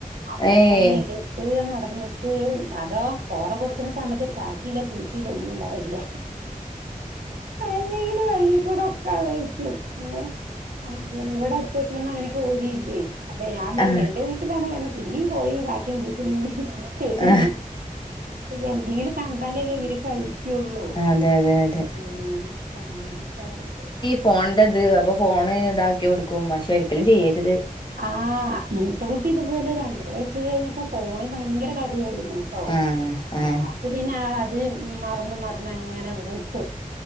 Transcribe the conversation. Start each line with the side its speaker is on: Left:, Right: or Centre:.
Right: അപ്പൊ
Left: ഏയ്
Right: ഇങ്ങനെ എടുത്ത് നടന്നിട്ട് അതോ കോറ കൊടുക്കുന്ന സമയത്ത് കാക്ക യില്ല പൂച്ചയില്ലലൊന്നും ഉണ്ടാവില്ല അല്ലെങ്കില് വഴിൽ കൂടെ ഒക്കെ അതായിരിക്കും ഏ ഇവിടെ അടുത്ത വീട്ടിലൊന്നും അങ്ങനെ കോഴിയില്ലേ അപ്പൊ ഞാൻ പറയും
Left: ആ
Right: എന്റെ വി ട്ടിലാണ്പിന്നേം കോഴിയും കാക്കിം പൂച്ചന ഇങ്ങനെ
Left: ആ
Right: വേർനു എന്തെങ്കിലും ക ണ്ടാലലേ ഇര് കഴിക്കുള്ളൂ
Left: അതെ അതെ അതെ
Right: ഉം അങ്ങനെയൊക്കെ ആയിട്ട്
Left: ഫോണിന്റെത് അപ്പൊ ഫോണ് ഇതാക്കി കൊടുക്കും പക്ഷെ ഒരിക്കലും ചെയ്യരുത്
Right: ആഹ് മൂത്ത കുട്ടി ഇതുപോലെ രണ്ടര വയസ് കഴിഞ്ഞപ്പോ ഫോണിൽ ഭയങ്കര കളിയായിരുന്നു ട്ടോ
Left: ആഹ് ആഹ്
Right: ലാസ്റ്റ് പിന്നെ ആളത് മറന്ന് മറന്ന് അങ്ങനെ വിട്ടു